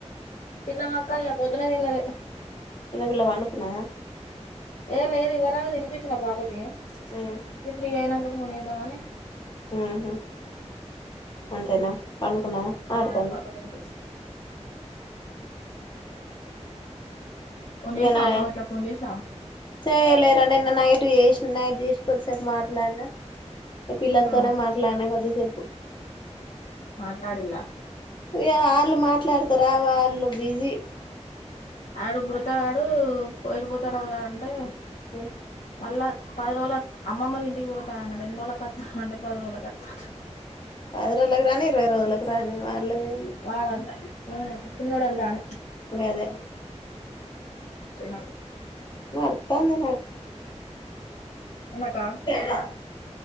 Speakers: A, on the left; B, on the left.
A: తిన్నమ్ అక్క ఇగ పోద్దునా తిన్నదే
B: చిన్నపిల్ల పనుకున్నాదా
A: ఏ లేదు ఇవరగ తినిపిచ్చినా పాపకి
B: మ్మ్
A: ఇ ఫ్రీ అయినా చూనిదవానే
B: హ్మ్ హు అంతేనా పండుకున్నాదా
A: ఆ
B: ఆడతాందా
A: పాపకి తినిపించిన ఫోన్ చేసినా
B: ఇనా
A: అమ్మకు ఇట్లా ఫోన్ చేసినా
B: చేయలేర నిన్న నైట్ చే నైట్ చేసి కొద్సేపు మాట్లాడినా పిల్లలతోనే
A: ఆ
B: మాట్లాడినా కొద్ది సేపు
A: మాట్లాడిల్ల
B: ఇ వాళ్ళు మాట్లాడతారా వాళ్ళు బిజీ
A: ఆడు మృతా గాడు ఎటుపోతానువరా అంటే
B: ఆ
A: మళ్ళ పది రోజుల అమ్మమ్మల్లు ఇంటికి పోతానన్నాడు ఎన్ని రోజులకి అత్తవ్ అంటే పది రోజులకి అత్తఅన్నాడు
B: ప ఇ రోజులకు రాని ఇరవై రోజులలకు రాని వాళ్ళది
A: వాడంట ఉమ్ చిన్నోడు అంటాండు
B: గదే
A: చిన్న
B: నడుత్తాంది
A: ఇందాక
B: న